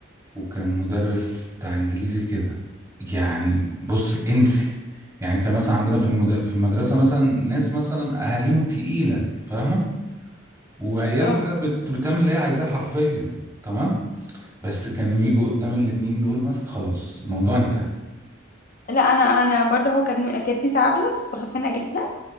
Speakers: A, on the right (about 15°); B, on the left (about 45°).
A: وكان مدرس بتاع انجليزي كده يعني بص انسي يعني كان مثلا عندنا في المد... في المدرسه مثلا ناس مثلا اهاليهم تقيله فاهمه وعيال
B: آه.
A: بقى بت... بتعمل اللي هي عايزاه حرفيا تمام بس كانوا يجوا قدام الاتنين دول مثلا خلاص الموضوع انتهى
B: لا انا انا برضه هو كان كانت ميس عبله كنت بخاف منها جدا